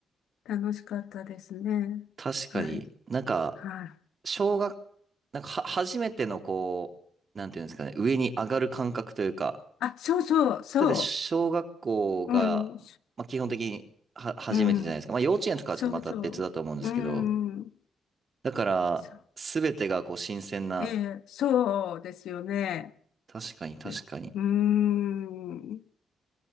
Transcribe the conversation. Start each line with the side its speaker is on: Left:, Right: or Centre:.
Left: 楽しかったですね。
Right: 確かになんか、
Left: はい。はい。
Right: 小学、なんかは、初めてのこう、なんていうんですかね、上に上がる感覚というか、
Left: あ、そうそう、そ
Right: だって小学校が、
Left: う。うん。
Right: まあ、基本的には初めてじゃないですか。
Left: うん。
Right: まあ幼稚園とかはちょっとまた別だと思うんですけど、
Left: そうそう。うん。
Right: だから、
Left: そう。
Right: すべてがこう新鮮な、
Left: ええ、そうですよね。
Right: 確かに確かに。
Left: いやうーん。